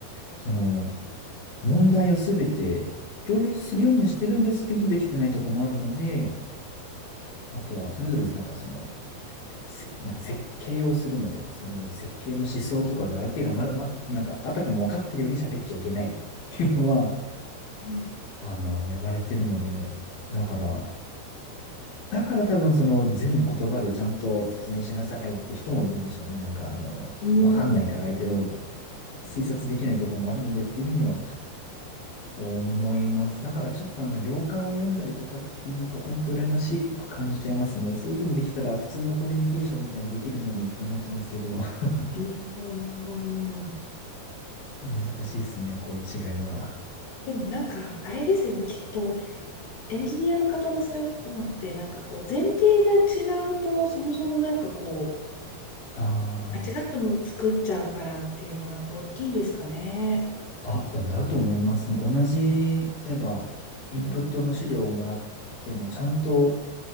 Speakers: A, on the left; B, on the left.
A: その、問題をすべて共有するようにはしてるんですけど、できてないとこもあるので、あとはそれぞれなんかその、せなんか設計をするので、その設計の思想とかが相手がまる、ま、なんかあたかも分かってるように喋っちゃいけないっていうのは、
B: うん。
A: あの、言われてるので、だから、だから多分その全部言葉でちゃんと説明しなさいって人もいるんでしょうね。なんかあの、
B: うーん。
A: 分かんないから相手の推察できないとこもあるのでっていうふうには思います。だからちょっとあの行間を読んだりとかっていう文化、本当羨ましく感じちゃいますね。そういう風にできたら普通のコミュニケーションみたいにできるのにと思っちゃうんですけど、<laughs>
B: あー
A: 難しいですね、こういう違いは。
B: でもなんか、あれですよね、きっと、エンジニアの方のそういうのって、なんかこう、前提が違うと、そもそもなんかこう、
A: あ
B: 間違ったもの作っちゃうからっていうのが、大きいんですかね。
A: あ、あ、でもだと思います。でも同じ、例えばインプットの資料をもらっても、
B: うん。
A: ちゃんと